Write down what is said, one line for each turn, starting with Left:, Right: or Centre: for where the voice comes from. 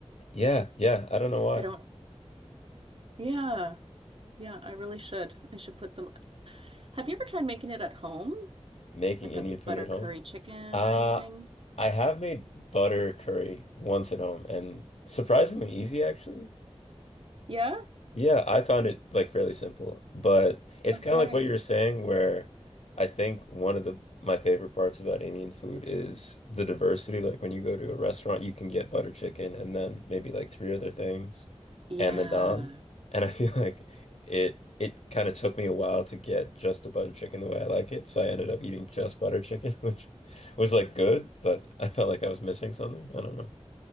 Left: Yeah, yeah. I don't know why
Right: I don't. Yeah. Yeah, I really should. I should put them. Have you ever tried making it at home?
Left: making
Right: Like
Left: Indian
Right: a
Left: food
Right: butter
Left: at
Right: curry
Left: home.
Right: chicken
Left: Uh,
Right: or anything?
Left: I have made butter curry once at home, and surprisingly easy actually.
Right: Yeah?
Left: Yeah, I found it like fairly simple, but it's
Right: Okay.
Left: kind of like what you were saying, where I think one of the my favorite parts about Indian food is the diversity. Like when you go to a restaurant, you can get butter chicken and then maybe like three other things
Right: Yeah.
Left: and the naan. And I <laughs> feel like it it kind of took me a while to get just the butter chicken the way I like it. So I ended up eating just butter chicken, <laughs> which was like good, but I felt like I was missing something. I don't know.